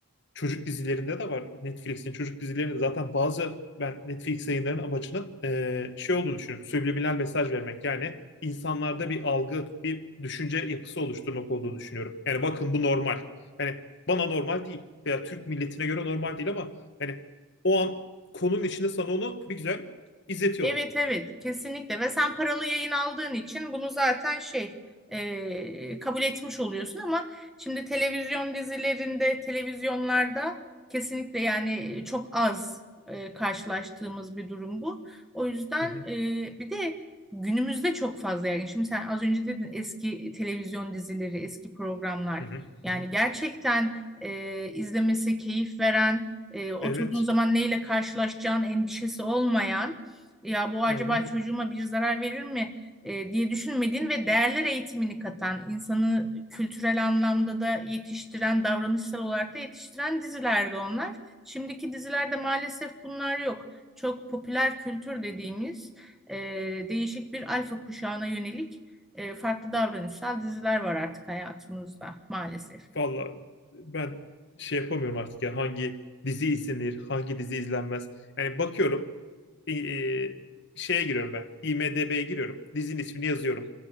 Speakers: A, on the left; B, in the centre.
A: çocuk dizilerinde de var. Netflix'in çocuk dizilerinde zaten bazı ben Netflix yayınlarının amacının e, şey olduğunu düşünüyorum. Subliminal mesaj vermek yani insanlarda bir algı, bir düşünce yapısı oluşturmak olduğunu düşünüyorum. Yani bakın bu normal. Yani bana normal değil veya Türk milletine göre normal değil ama yani o an konunun içinde sana onu bir güzel izletiyorlar.
B: Evet evet kesinlikle ve sen paralı yayın aldığın için bunu zaten şey e, kabul etmiş oluyorsun ama şimdi televizyon dizilerinde televizyonlarda kesinlikle yani çok az e, karşılaştığımız bir durum bu. O yüzden
A: Hı hı,
B: e, bir de günümüzde çok fazla yani şimdi sen az önce dedin eski televizyon dizileri eski programlar
A: hı hı,
B: yani
A: hı hı.
B: gerçekten e, izlemesi keyif veren e, oturduğun
A: Evet,
B: zaman neyle karşılaşacağın endişesi olmayan ya bu acaba
A: aynen öyle.
B: çocuğuma bir zarar verir mi e, diye düşünmediğin ve değerler eğitimini katan, insanı kültürel anlamda da yetiştiren, davranışsal olarak da yetiştiren dizilerdi onlar. Şimdiki dizilerde maalesef bunlar yok. Çok popüler kültür dediğimiz e, değişik bir alfa kuşağına yönelik e, farklı davranışsal diziler var artık hayatımızda maalesef.
A: Valla ben şey yapamıyorum artık ya hangi dizi izlenir, hangi dizi izlenmez. Yani bakıyorum e, şeye giriyorum ben. IMDb'ye giriyorum. Dizinin ismini yazıyorum.